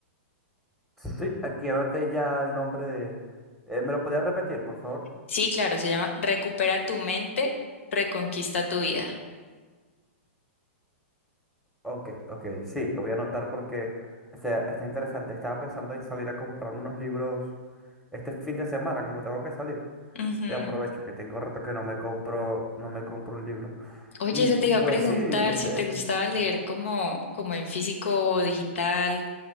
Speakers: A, in the centre; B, on the left.
A: Sí, aquí anoté ya el nombre de... eh, ¿me lo podías repetir, por favor?
B: Sí, claro, se llama Recupera tu mente, reconquista tu vida.
A: Ok, ok, sí, lo voy a anotar porque está, está interesante. Estaba pensando en salir a comprarme unos libros este fin de semana, como tengo que salir.
B: Ujú.
A: Y aprovecho que tengo rato que no me compro, no me compro un libro.
B: Oye,
A: Y,
B: eso
A: y
B: te iba
A: pues
B: a preguntar
A: sí, este,
B: si te
A: es-
B: gustaba leer como, como en físico o digital,